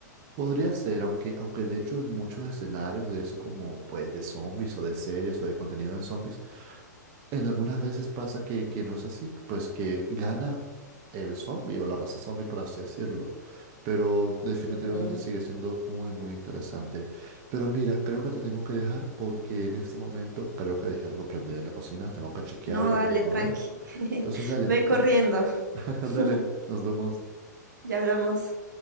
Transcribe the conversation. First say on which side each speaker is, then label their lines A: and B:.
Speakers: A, on the right; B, on the right.
A: podría ser, aunque, aunque de hecho en muchos escenarios de eso como pues de zombies o de series o de contenido de zombies, En algunas veces pasa que, que no es así, pues que gana el zombie o la raza zombie, por así decirlo. Pero definitivamente
B: Ujú.
A: sigue siendo muy, muy interesante. Pero mira, creo que te tengo que dejar porque en este momento creo que dejé algo prendido en la cocina. Tengo que chequear
B: No,
A: y
B: dale,
A: devolver.
B: tranqui. <laughs>
A: Entonces, dale,
B: Ve
A: to-
B: corriendo.
A: <laughs>
B: <laughs>
A: dale, nos vemos.
B: Ya hablamos.